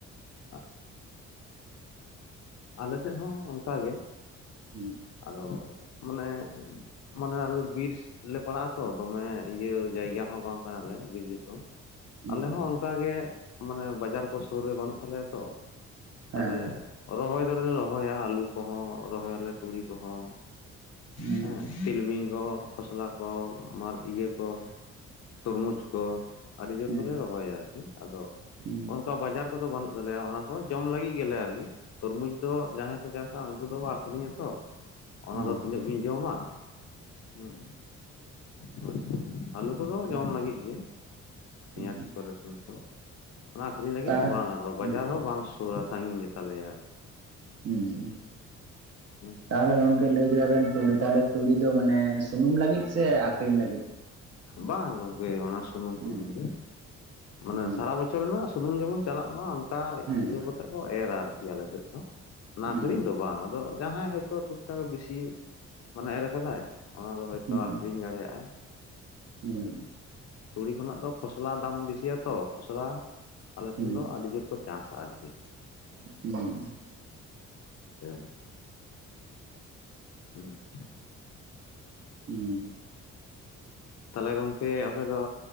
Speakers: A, on the left; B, on the right.
A: ᱟᱪ ᱟᱞᱮ ᱥᱮᱫ ᱦᱚᱸ ᱚᱱᱠᱟ ᱜᱮ᱾
B: ᱦᱩᱸ
A: ᱟᱫᱚ ᱢᱟᱱᱮ ᱢᱟᱱᱮ ᱟᱞᱮ ᱫᱚ ᱵᱤᱨᱥ ᱞᱮ ᱯᱟᱲᱟᱜᱼᱟ ᱛᱚ ᱫᱚᱢᱮ ᱤᱭᱟᱹ ᱡᱟᱭᱜᱟ ᱦᱚᱸ ᱵᱟᱝ ᱠᱟᱱᱟᱞᱮ ᱵᱤᱨ ᱫᱤᱥᱚᱢ
B: ᱦᱩᱸ
A: ᱟᱞᱮ ᱦᱚᱸ ᱚᱱᱠᱟ ᱜᱮ ᱢᱟᱱᱮ ᱵᱟᱡᱟᱨ ᱠᱚ ᱥᱩᱨ ᱨᱮ ᱵᱟᱹᱱᱩᱜ ᱛᱟᱞᱮᱭᱟ ᱛᱚ ᱛᱟᱦᱚᱞᱮ
B: ᱦᱮᱸ
A: ᱨᱚᱦᱚᱭ ᱫᱚᱞᱮ ᱨᱚᱦᱚᱭᱟ ᱟᱹᱞᱩ ᱠᱚᱦᱚᱸ ᱨᱚᱦᱚᱭᱟᱞᱮ ᱛᱩᱲᱤ ᱠᱚᱦᱚᱸ᱾ ᱦᱮᱸ
B: ᱦᱩᱸ
A: ᱛᱤᱞᱢᱤᱝ ᱠᱚ ᱠᱷᱚᱥᱞᱟ ᱠᱚ ᱢᱟᱨ ᱤᱭᱟᱹ ᱠᱚ, ᱛᱚᱨᱢᱩᱡᱽ ᱠᱚ, ᱟᱹᱰᱤ ᱡᱳᱨ
B: ᱦᱩᱸ ᱦᱩᱸ
A: ᱜᱮᱞᱮ ᱨᱚᱦᱚᱭᱟ ᱟᱨᱠᱤ ᱟᱫᱚ
B: ᱦᱩᱸ
A: ᱚᱱᱠᱟ ᱵᱟᱡᱟᱨ ᱠᱚᱫᱚ ᱵᱟᱹᱱᱩᱜ ᱛᱟᱞᱮᱭᱟ ᱚᱱᱟ ᱦᱚᱸ ᱡᱚᱢ ᱞᱟᱹᱜᱤᱫ ᱜᱮᱞᱮ ᱟᱨᱠᱤ ᱛᱚᱨᱢᱩᱡᱽ ᱫᱚ ᱡᱟᱦᱟᱸᱭ ᱠᱚ ᱪᱟᱥᱟ ᱩᱱᱠᱩ ᱫᱚᱠᱚ ᱟᱠᱷᱨᱤᱧᱟᱛᱚ᱾ ᱚᱱᱟ
B: ᱦᱩᱸ
A: ᱫᱚ ᱛᱤᱱᱟᱹᱜ ᱵᱤᱱ ᱡᱚᱢᱟ ᱦᱩᱸ᱾ ᱦᱳᱭᱥᱮ ᱟᱹᱞᱩ ᱠᱚᱫᱚ
B: ᱦᱩᱸ
A: ᱡᱚᱢ ᱞᱟᱹᱜᱤᱜ ᱜᱮ᱾ ᱯᱮᱸᱭᱟᱡ
B: ᱦᱩᱸ
A: ᱠᱚ ᱨᱟᱥᱩᱱ ᱠᱚ ᱚᱱᱟ ᱟᱠᱷᱨᱤᱧ ᱞᱟᱹᱜᱤᱫ
B: ᱛᱟ
A: ᱫᱚ ᱵᱟᱝᱟ
B: ᱦᱩᱸ
A: ᱵᱟᱡᱟᱨ ᱦᱚᱸ ᱵᱟᱝ ᱥᱩ ᱛᱷᱚᱲᱟ ᱥᱟᱺᱜᱤᱧ ᱜᱮ ᱛᱟᱞᱮᱭᱟ᱾
B: ᱦᱩᱸ ᱦᱩᱸ
A: ᱦᱩᱸ᱾
B: ᱛᱟᱦᱚᱞᱮ ᱜᱚᱝᱠᱮ ᱞᱟᱹᱭ ᱵᱮᱱ ᱟᱵᱤᱱ ᱛᱩᱲᱤ ᱛᱟᱦᱚᱞᱮ ᱛᱩᱲᱤ ᱫᱚ ᱢᱟᱱᱮ ᱥᱩᱱᱩᱢ ᱞᱟᱹᱜᱤᱫ ᱥᱮ ᱟᱠᱷᱨᱤᱧ ᱞᱟᱹᱜᱤᱫ?
A: ᱵᱟᱝ ᱜᱚᱝᱠᱮ ᱚᱱᱟ ᱥᱩᱱᱩᱢ
B: ᱦᱩᱸ
A: ᱯᱷᱩᱱᱩᱢ ᱜᱮ ᱢᱟᱱᱮ
B: ᱦᱩᱸ
A: ᱥᱟᱨᱟ ᱵᱚᱪᱷᱚ ᱚᱪ ᱨᱮᱱᱟᱜ ᱥᱩᱱᱩᱢ ᱡᱮᱢᱚᱱ ᱪᱟᱞᱟᱜ ᱢᱟ ᱚᱝᱠᱟ
B: ᱦᱩᱸ
A: ᱤᱭᱟᱹ ᱠᱟᱛᱮ ᱠᱚ ᱮᱨᱟ ᱟᱨᱠᱤ ᱟᱞᱮ ᱥᱮᱫ ᱫᱚ᱾ ᱚᱱᱟ
B: ᱦᱩᱸ
A: ᱟᱠᱷᱨᱤᱧ ᱫᱚ ᱵᱟᱝ ᱟᱫᱚ ᱡᱟᱦᱟᱸᱭ ᱦᱚᱭᱛᱚ ᱴᱩᱠ ᱴᱟᱠ ᱵᱤᱥᱤ ᱢᱟᱱᱮ ᱮᱨ ᱠᱟᱫᱟᱭ᱾ ᱚᱱᱟ ᱫᱚ ᱦᱚᱭᱛᱚ
B: ᱦᱩᱸ
A: ᱟᱠᱷᱨᱤᱧ ᱫᱟᱲᱮᱭᱟᱜ-ᱟᱭ
B: ᱦᱩᱸ
A: ᱦᱮᱸ ᱛᱩᱲᱤ ᱠᱷᱚᱱᱟᱜ ᱫᱚ ᱠᱷᱚᱥᱞᱟ ᱫᱟᱢ ᱵᱮᱥᱤᱭᱟ ᱛᱚ ᱠᱷᱚᱥᱞᱟ ᱟᱞᱮ
B: ᱦᱩᱸ
A: ᱴᱷᱮᱱ ᱫᱚ ᱟᱹᱰᱤ ᱡᱩᱨ ᱠᱚ ᱪᱟᱥᱟ ᱟᱨᱠᱤ᱾
B: <inaudible>
A: <unintelligible> ᱦᱩᱸ
B: ᱦᱩᱸ
A: ᱛᱟᱦᱚᱞᱮ ᱜᱚᱝᱠᱮ ᱟᱯᱮ ᱫᱚ᱾